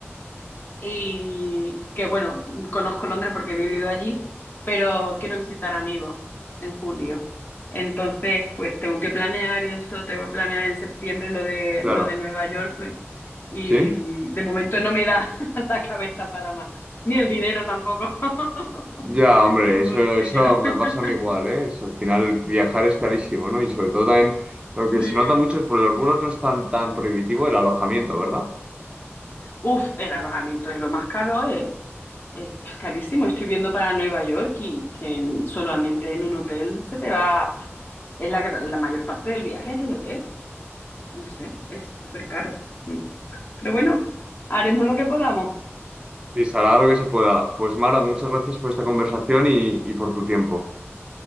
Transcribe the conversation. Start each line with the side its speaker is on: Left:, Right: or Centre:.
Left: y que bueno, conozco Londres porque he vivido allí, pero quiero visitar amigos en julio. Entonces, pues tengo que planear eso, tengo que planear en septiembre lo de
Right: claro,
Left: lo de Nueva York pues, y
Right: ¿sí?
Left: de momento no me da <laughs> la cabeza para más, ni el dinero tampoco, <laughs>
Right: Ya, hombre,
Left: ni el
Right: eso,
Left: bolsillo.
Right: eso me
Left: <laughs>
Right: pasa a mí igual, ¿eh? Es- al final viajar es carísimo, ¿no? Y sobre todo también lo que
Left: Sí.
Right: se nota mucho es por los vuelos no es tan, tan prohibitivo el alojamiento, ¿verdad?
Left: Uf, el alojamiento es lo más caro, ¿eh? Es carísimo. Estoy viendo para Nueva York y que en- solamente en un hotel se te va, es la, gra- la mayor parte del viaje es el hotel. No sé, es súper caro. Mm. Pero bueno, haremos lo que podamos.
Right: Sí, será lo que se pueda. Pues Mara, muchas gracias por esta conversación y, y por tu tiempo.